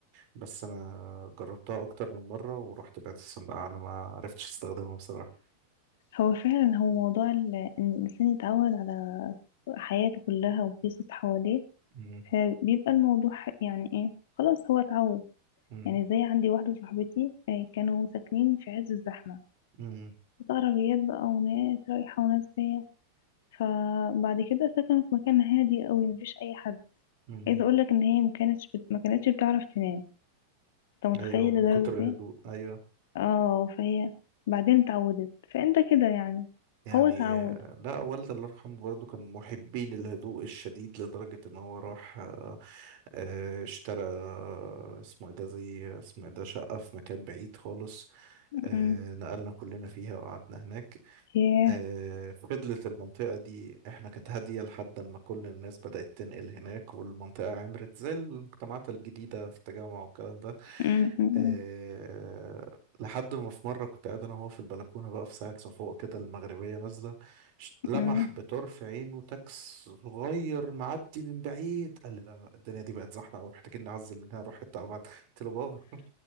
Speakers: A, on the right; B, on the left.
A: بس أنا جربتها أكتر من مرة ورحت بعت السماعة أنا ما عرفتش أستخدمها بصراحة
B: هو فعلا هو موضوع ال- ان الانسان يتعود على حياته كلها وفي صوت حواليه
A: مم،
B: فبيبقى الموضوع ح- يعني ايه خلاص هو اتعود
A: مم،
B: يعني زي عندي واحدة صاحبتي آه، كانوا ساكنين في عز الزحمة
A: مم،
B: عربيات بقى وناس رايحة وناس جاية فبعد كده سكنوا في مكان هادي قوي مفيش أي حد
A: مم.
B: عايزة أقولك إن هي مكانتش بت... مكانتش بتعرف تنام أنت متخيل
A: أيوه من
B: لدرجة
A: كتر الهدوء
B: إيه؟
A: أيوه
B: اه فهي بعدين اتعودت فأنت كده يعني
A: يعني
B: هو اتعود
A: آه، لا والدي الله يرحمه برضه كان محبين الهدوء الشديد لدرجة ان هو راح آه، آه، اشترى آه، اسمه ايه ده زي اسمه ايه ده شقة في مكان بعيد خالص آه،
B: أمم.
A: نقلنا كلنا فيها وقعدنا هناك
B: ياه
A: آه، فضلت المنطقة دي احنا كانت هادية لحد ما كل الناس بدأت تنقل هناك والمنطقة عمرت زي المجتمعات الجديدة في التجمع والكلام ده
B: أمم، أمم،
A: أه لحد ما في مرة كنت قاعد أنا وهو في البلكونة بقى في ساعة صفوق كده المغربية نازلة ش- لمح
B: أمم.
A: بطرف عينه تاكس صغير معدي من بعيد قال لي لا لا الدنيا دي بقت زحمة أوي محتاجين نعزل منها نروح حتة أبعد قلت له بابا <laughs>